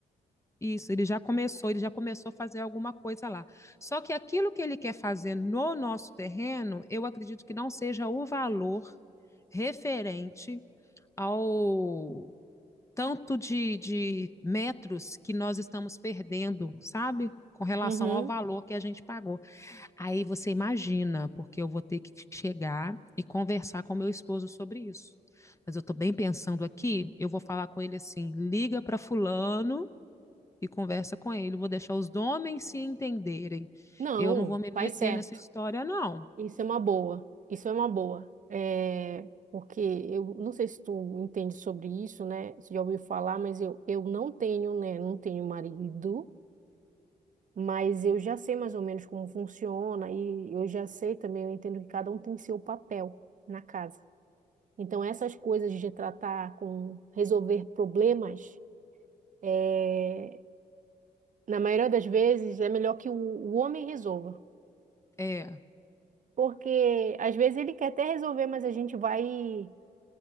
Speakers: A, on the left; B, on the right.
A: Isso, ele já começou, ele já começou a fazer alguma coisa lá. Só que aquilo que ele quer fazer no nosso terreno, eu acredito que não seja o valor referente ao tanto de, de metros que nós estamos perdendo, sabe? Com relação
B: Uhum.
A: ao valor que a gente pagou. Aí você imagina, porque eu vou ter que chegar e conversar com meu esposo sobre isso. Mas eu estou bem pensando aqui, eu vou falar com ele assim: liga para fulano e conversa com ele. Vou deixar os homens se entenderem.
B: Não,
A: Eu não vou me meter
B: faz certo.
A: nessa história, não.
B: Isso é uma boa. Isso é uma boa. É, porque eu não sei se tu entende sobre isso, né? Se já ouviu falar, mas eu, eu não tenho, né? Não tenho marido, mas eu já sei mais ou menos como funciona e eu já sei também, eu entendo que cada um tem seu papel na casa. Então essas coisas de tratar com resolver problemas é, Na maioria das vezes, é melhor que o, o homem resolva.
A: É,
B: Porque às vezes ele quer até resolver, mas a gente vai